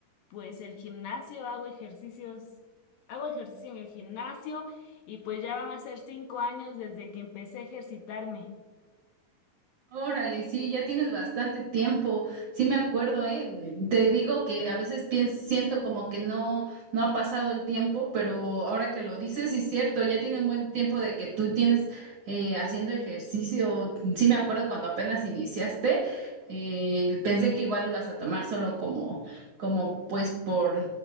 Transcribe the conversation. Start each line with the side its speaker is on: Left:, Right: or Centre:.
Left: pues el gimnasio, hago ejercicios, hago ejercicio en el gimnasio y pues ya van a ser cinco años desde que empecé a ejercitarme.
Right: Órale, sí, ya tienes bastante tiempo. Sí me acuerdo, ¿eh? Te digo que a veces pienso, siento como que no, no ha pasado el tiempo, pero ahora que lo dices, sí es cierto, ya tiene un buen tiempo de que tú tienes eh, haciendo ejercicio. Sí me acuerdo cuando apenas iniciaste, eh, pensé que igual lo ibas a tomar solo como, como pues por,